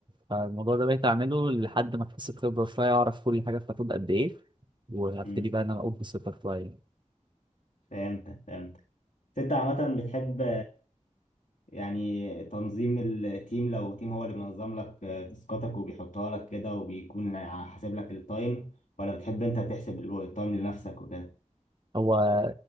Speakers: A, on the right; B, on the left.
A: فالموضوع ده بقيت أعمله لحد ما أكتسب خبرة شوية أعرف كل حاجة بتاخد قد إيه وهبتدي
B: مم.
A: بقى إن أنا أقول بثقة شوية
B: فهمتك فهمتك بس انت عامة بتحب يعني تنظيم التيم لو تيم هو اللي بينظم لك آه، تاسكاتك وبيحطها لك كده وبيكون حاسب لك التايم ولا بتحب انت تحسب التايم لنفسك وكده
A: هو